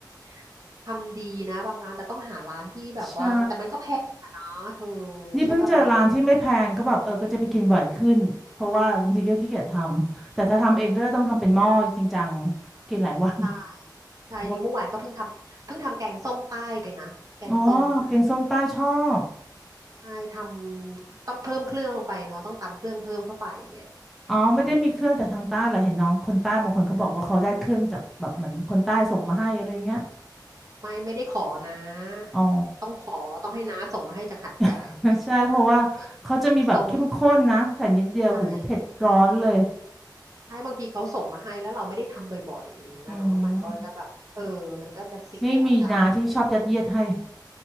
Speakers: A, on the right (about 50°); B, in the centre.
A: ำทำดีนะบางร้านแต่ต้องหาร้านที่แบบว่าแต่มันก็แพงอะเนาะเธอ
B: ใช่นี่เพิ่งเจอร้านที่ไม่แพงก็แบบเออก็จะไปกินบ่อยขึ้นเพราะว่าบางทีก็ขี้เกียจทำแต่ถ้าทำเองก็จะต้องทำเป็นหม้อจริงจัง
A: ใช่ปะล่ะ
B: กินหลายวัน
A: ใช่ใช่นี่เมื่อวานก็เพิ่งทำเพิ่งทำแกงส้มใต้ไปนะแกงส้มนะ
B: เพราะว่าอ๋อแกงส้มใต้ชอบ
A: ใช่ทำต้องเพิ่มเครื่องลงไปเนาะต้องตำเครื่องเพิ่มเข้าไปไง
B: อ๋อไม่ได้มีเครื่องจากทางใต้เหรอเห็นน้องคนใต้บางคนเขาบอกว่าเขาได้เครื่องจากแบบเหมือนคนใต้ส่งมาให้อะไรอย่างเงี้ย
A: อืม ไม่ไม่ได้ขอนะ
B: อ๋อ
A: ต้องขอต้องให้น้าส่งมาให้จากหัดใหญ่อะไร
B: <laughs> ใช่เพราะว่าเขาจะมีแบบเข้มข้นนะใส่นิดเดียวโหูเผ็ดร้อนเลย
A: เครื่องแกงส้มใช่ใช่บางทีเขาส่งมาให้แล้วเราไม่ได้ทำบ่อยๆอย่างเงี้ยเนาะมันก็จะแบบเออมันก็จะเสียจะอะไร
B: อืมนี่มีนาที่ชอบยัดเยียดให้